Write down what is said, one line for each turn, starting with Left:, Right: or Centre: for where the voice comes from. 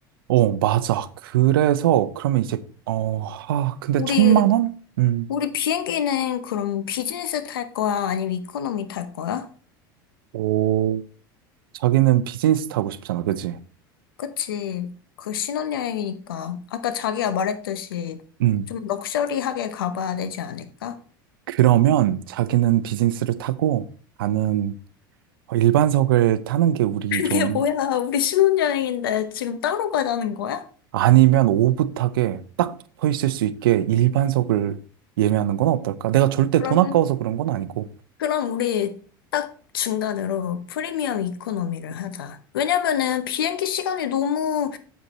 Right: 어, 맞아. 그래서 그러면 이제 어, 아, 근데
Left: 우리,
Right: 천만 원? 음.
Left: 우리 비행기는 그럼 비즈니스 탈 거야? 아니면 이코노미 탈 거야?
Right: 오, 자기는 비즈니스 타고 싶잖아. 그지?
Left: 그치. 그 신혼여행이니까. 아까 자기가 말했듯이
Right: 음.
Left: 좀 럭셔리하게 가봐야 되지 않을까?
Right: 그러면 자기는 비즈니스를 타고 나는 어, 일반석을 타는 게 우리
Left: 그게
Right: 좀
Left: 뭐야. 우리 신혼여행인데 지금 따로 가자는 거야?
Right: 아니면 오붓하게 딱 붙어 있을 수 있게 일반석을 예매하는 건 어떨까? 내가 절대
Left: 그러면
Right: 돈 아까워서 그런 건 아니고.
Left: 그럼 우리 딱 중간으로 프리미엄 이코노미를 하자. 왜냐면은 비행기 시간이 너무